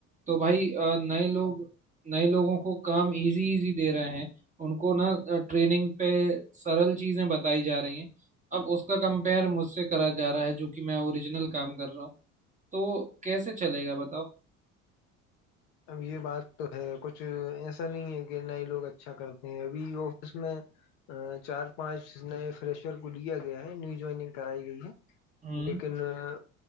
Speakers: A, on the right; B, on the left.
A: तो भाई अ, नए लोग नए लोगों को काम इजी इजी दे रहे हैं उनको ना ट्रेनिंग पे सरल चीजें बताई जा रही हैं अब उसका कंपेयर मुझसे करा जा रहा है जो कि मैं ओरिजिनल काम कर रहा हूँ तो कैसे चलेगा बताओ
B: अब ये बात तो है कुछ ऐसा नहीं है कि नए लोग अच्छा करते हैं अभी ऑफिस में अ, चार पांच नए फ्रेशर को लिया गया है न्यू ज्वाइनिंग कराई गई है
A: हम्म
B: लेकिन अ,